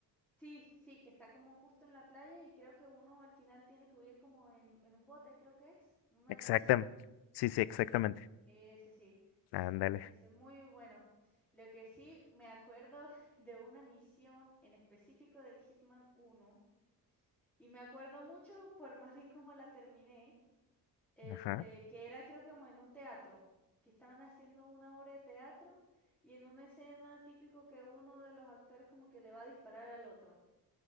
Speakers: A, in the centre; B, on the left.
A: Sí, sí, que está como justo en la playa y creo que uno al final tiene que huir como en, en un bote, creo que es, en una
B: Exactamente.
A: lanchita.
B: Sí, sí, exactamente.
A: Ese sí, sí,
B: Ándale.
A: ese es muy bueno. Lo que sí me acuerdo <laughs> de una misión en específico del Hitman uno Y me acuerdo mucho por más bien como la terminé, este,
B: Ajá.
A: que era creo que como en un teatro, que estaban haciendo una obra de teatro y en una escena típico que uno de los actores como que le va a disparar al otro.